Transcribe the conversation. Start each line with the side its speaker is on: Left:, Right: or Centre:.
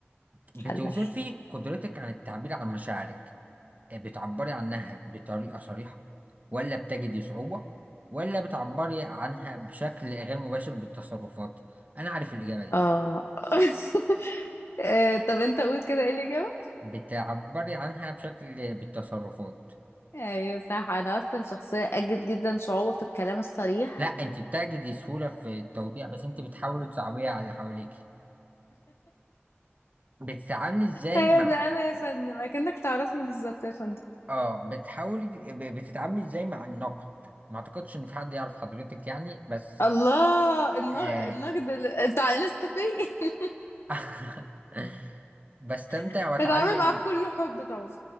Right: بتوصفي
Left: حلل
Right: قدرتك عن التعبير عن مشاعرك آه بتعبري عنها بطريقة صريحة ولا بتجدي صعوبة ولا بتعبري عنها بشكل غير مباشر بالتصرفات أنا عارف الإجابة دي
Left: اه <laughs> آه، طب انت قول كده ايه الإجابة
Right: بتعبري عنها بشكل بالتصرفات
Left: ايوه صح انا اصلا شخصيه اجد جدا صعوبه في الكلام الصريح
Right: لا انت بتجدي سهولة في التوضيح بس انت بتحاولي تصعبيها على اللي حواليك بتتعاملي ازاي
Left: ايوه
Right: مع
Left: ده انا يا فندم اكنك تعرفني بالظبط يا فندم
Right: اه بتحاولي ب- بتتعاملي ازاي مع النقد ما اعتقدش ان في حد يعرف حضرتك يعني بس
Left: الله النقد
Right: آه...
Left: النقد ال- بتاع انستا باي
Right: <laughs> بستمتع
Left: <laughs>
Right: واتعلم
Left: بتعامل معاه بكل حب طبعا